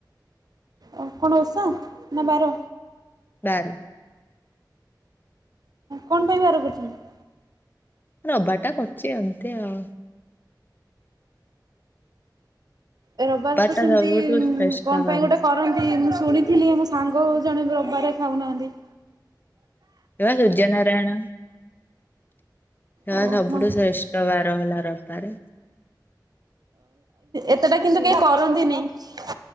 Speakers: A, on the right; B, on the left.
A: ଓ କଣ ଓଷା ନା ବାର?
B: ବାର।
A: କଣ ପାଇଁ ବାର କରୁଛନ୍ତି?
B: ରବିବାର ଟା କରୁଛି ଏମତି ଆଉ।
A: ଏ ରବିବାର ତ
B: ଟା
A: ସେମିତି
B: ସବୁଠୁ ଶ୍ରେଷ୍ଠ
A: କଣ ପାଇଁ
B: ବାର
A: ଗୋଟେ କରନ୍ତି ମୁଁ ଶୁଣିଥିଲି ମୋ ସାଙ୍ଗ ଜଣେ ରବିବାରେ ଖାଉନାହାନ୍ତି।
B: ଏ ବା ସୂର୍ଯ୍ୟ ନାରାୟଣ ସେ
A: ଓହୋ
B: ସବୁଠୁ ଶ୍ରେଷ୍ ବାର ହେଲା ରବିବାରେ।
A: ଏତେଟା କିନ୍ତୁ କେହି କରନ୍ତିନାଇଁ।